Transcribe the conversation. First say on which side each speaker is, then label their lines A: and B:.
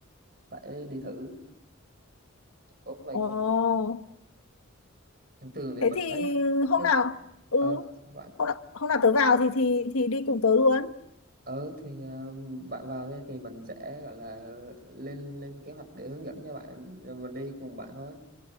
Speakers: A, on the right; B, on the left.
A: phải đi thử. Ủa, vậy
B: Ồ,
A: con thường thì
B: thế
A: mình
B: thì
A: thấy
B: hôm
A: thấy
B: nào ừ
A: ờ sao bạn
B: hôm nào, hôm nào tớ vào thì thì thì đi cùng tớ luôn.
A: ờ thì ờ, bạn vào đây thì mình sẽ gọi là ờ, lên lên kế hoạch để hướng dẫn cho bạn rồi mình đi cùng bạn thôi.